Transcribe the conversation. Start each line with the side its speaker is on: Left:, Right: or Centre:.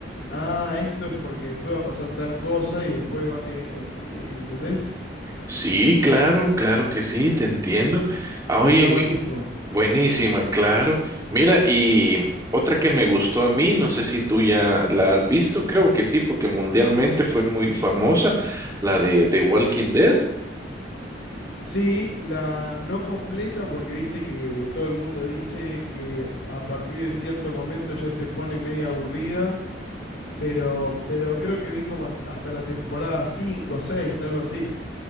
Left: ah, esto es porque después va a pasar tal cosa y después va, eh, en- y- ¿entendés?
Right: Sí, claro, claro que sí, te entiendo. Ah,
Left: Y
Right: Oye,
Left: está buenísimo.
Right: mi- Buenísima, claro. Mira, y otra que me gustó a mí, no sé si tú ya la has visto, creo que sí, porque mundialmente fue muy famosa, la de The Walking Dead.
Left: Sí, la no completa porque viste que todo el mundo dice que a partir de cierto momento ya se pone media aburrida, pero, pero creo que vi como has- hasta la temporada 5, 6, algo así.